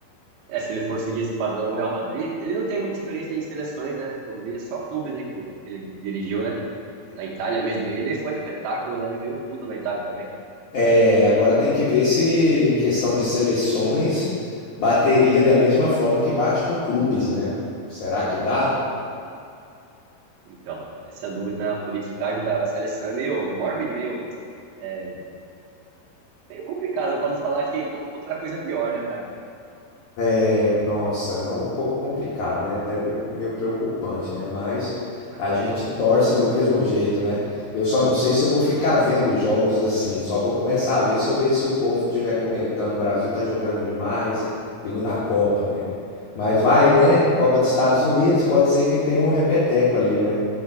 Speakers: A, on the right; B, on the left.
A: É, se ele for seguir esse padrão do Real Madrid, ele não tem muita experiência em seleções, né? Eu vi é só clubes, né, que ele, que ele dirigiu, né? Na Itália mesmo, ele foi espetáculo, né? Ele ganhou tudo na Itália também.
B: É, agora tem que ver se, em questão de seleções, bateria da mesma forma que bate com clubes, né? Será que dá?
A: Então, essa dúvida na politicagem da, da seleção é meio mórbida, meio é, meio complicado, né? Pra não falar que outra coisa pior, né, cara?
B: É, nossa, é um pouco complicado, né? Até meio, meio preocupante, né? Mas a gente
A: É,
B: torce do mesmo jeito, né? Eu só não sei se eu vou ficar vendo jogos assim. Só vou começar a ver se eu ver se o povo estiver comentando. O Brasil tá jogando demais, digo na Copa, né? Mas vai, né? Copa dos Estados Unidos, pode ser que tenha um repeteco ali, né?